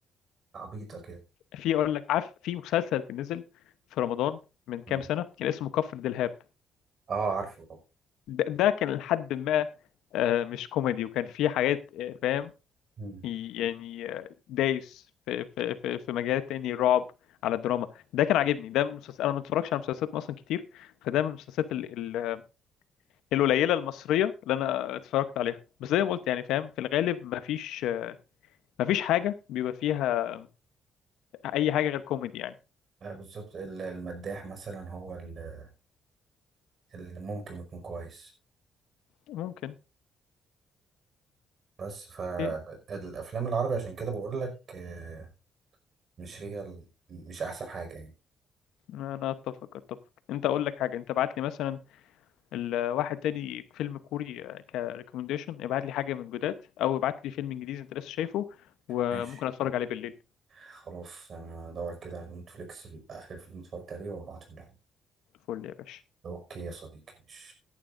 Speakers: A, on the right; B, on the left.
A: عبيطة كده
B: في اقول لك عارف في مسلسل كان نزل في رمضان من كام
A: مم.
B: سنه كان اسمه كفر دلهاب
A: اه عارفه
B: ده, ده كان لحد ما آه، مش كوميدي وكان فيه حاجات آه، فاهم
A: مم.
B: يعني دايس في في في في مجال تاني رعب على الدراما ده كان عاجبني ده من مسلسل انا ما اتفرجش على مسلسلات مصر كتير فده من المسلسلات ال... ال... القليله المصريه اللي انا اتفرجت عليها بس زي ما قلت يعني فاهم في الغالب ما فيش ما فيش حاجه بيبقى فيها اي حاجه غير كوميدي يعني
A: آه بالظبط ال- المداح مثلا هو ال- اللي ممكن يكون كويس
B: ممكن
A: بس فالافلام
B: إيه،
A: العربي عشان كده بقول لك آه، مش هي ال- مش احسن حاجه يعني
B: انا اتفق اتفق انت اقول لك حاجه انت بعت لي مثلا الواحد تاني فيلم كوري كريكومنديشن ابعت لي حاجه من جداد او ابعت لي فيلم انجليزي انت لسه شايفه وممكن
A: ماشي
B: اتفرج عليه بالليل
A: خلاص انا هدور كده على نتفليكس اخر فيلم اتفرجت عليه وابعته لك
B: فل يا باشا
A: اوكي يا صديقي ماشي